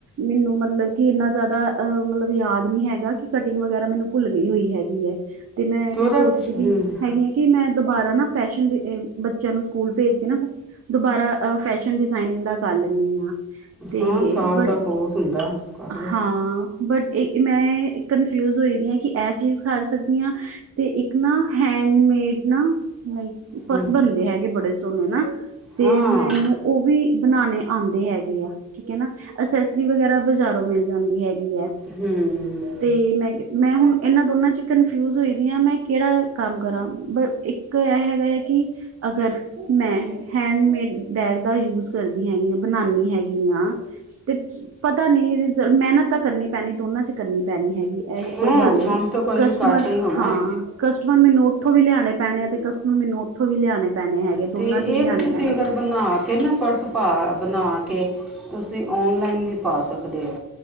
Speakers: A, on the right; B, in the centre.
A: ਮੈਨੂੰ ਮਤਲਬ ਕਿ ਇੰਨਾ ਜ਼ਿਆਦਾ ਅ ਮਤਲਬ ਯਾਦ ਨੀ ਹੈਗਾ ਕਿ ਕਟਿੰਗ ਵਗੈਰਾ ਮੈਨੂੰ ਭੁੱਲ ਗਈ ਹੋਈ ਹੈਗੀ ਹੈ ਤੇ ਮੈਂ ਫੇਰ
B: ਉਹਦਾ
A: ਸੋਚਦੀ ਪਈ
B: ਹੂੰ
A: ਹੈਗੀ ਕਿ ਮੈਂ ਦੁਬਾਰਾ ਨਾ ਫੈਸ਼ਨ, ਬੱਚਿਆਂ ਨੂੰ ਸਕੂਲ ਭੇਜ ਕੇ ਨਾ ਦੁਬਾਰਾ ਅ ਫੈਸ਼ਨ ਡਿਜ਼ਾਇਨਿੰਗ ਦਾ ਕਰ ਲੈਂਣੀ ਆ। ਤੇ
B: ਹਾਂ ਸਾਲ
A: ਬਟ
B: ਦਾ ਕੋਰਸ ਹੁੰਦਾ ਕਰ ਲਏ
A: ਹਾਂ ਬਟ ਇਹ ਮੈਂ ਕਨਫਿਊਜ ਹੋ ਦੀ ਹਾਂ ਕਿ ਇਹ ਚੀਜ਼ ਕਾਰ ਸਕਦੀ ਹਾਂ ਤੇ ਇੱਕ ਨਾ ਹੈਂਡਮੇਡ ਨਾ ਪਰਸ
B: ਹੂੰ
A: ਬਣਦੇ ਹੈਗੇ ਬੜੇ ਸੋਹਣੇ ਨਾ ਤੇ
B: ਹਾਂ
A: ਮੈਨੂੰ ਉਹ ਵੀ ਬਣਾਣੇ ਆਉਂਦੇ ਹੈਗੇ ਆ। ਠੀਕ ਏ ਨਾ ਅਸੈਸਰੀ ਵਗੈਰਾ ਬਜ਼ਾਰੋਂ ਮਿਲ ਜਾਂਦੀ ਹੈਗੀ ਐ।
B: ਹੂੰ।
A: ਤੇ ਮੈਂ ਕ ਮੈਂ ਹੁਣ ਇਹਨਾਂ ਦੋਨਾਂ ਚ ਕਨਫਿਊਜ਼ ਹੋਈ ਦੀ ਹਾਂ ਮੈਂ ਕਿਹੜਾ ਕੰਮ ਕਰਾਂ ਬ ਇੱਕ ਇਹ ਹੈ ਵੀ ਅਗਰ ਮੈਂ ਹੈਂਡਮੇਡ ਬੈਗ ਦਾ ਯੂਜ ਕਰਦੀ ਹਾਂ ਬਣਾਉਦੀ ਹੈਗੀ ਆ। ਤੇ ਪਤਾ ਨੀ ਰਿਜ਼, ਮਿਹਨਤ ਤਾਂ ਕਰਨੀ ਪੈਣੀ ਦੋਨਾਂ ਚ ਕਰਨੀ ਪੈਣੀ ਹੈਗੀ ਇਹ
B: ਹੂੰ
A: ਕੋਈ ਗੱਲ ਨੀ।
B: ਕੰਮ ਤਾਂ ਕੋਈ
A: ਕਸਟਮਰ
B: ਵੀ ਕਰਕੇ ਹੀ ਹੋਣਾ
A: ਹਾਂ ਕਸਟਮਰ ਮੇਨੋ ਔਥੋ ਵੀ ਲਿਆਉਣੇ ਪੈਣੇ ਆ ਤੇ ਕਸਟਮਰ ਮੈਨੂੰ ਉੱਥੋਂ ਵੀ ਲਿਆਉਣੇ ਪੈਣੇ ਹੈਗੇ।
B: ਅਤੇ
A: ਦੋਨਾਂ ਚ ਹੀ ਲਿਆਣੇ
B: ਇਹ ਤੇ ਤੁਸੀਂ
A: ਪੈਣੇ
B: ਅਗਰ
A: ਆ
B: ਬਣਾ ਕੇ ਨਾ ਪਰਸ ਪਾ ਬਣਾ ਕੇ ਤੁਸੀਂ ਔਨਲਾਈਨ ਵੀ ਪਾ ਸਕਦੇ ਹੋ